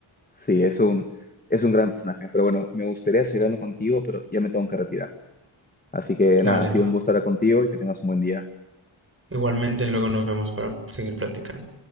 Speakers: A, on the left; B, on the right.
A: Sí, es un, es un gran personaje, pero bueno, me gustaría seguir hablando contigo, pero ya me tengo que retirar. Así que
B: Dale,
A: nada, ha sido un gusto estar contigo y que tengas un buen día.
B: igualmente luego nos vemos para seguir platicando.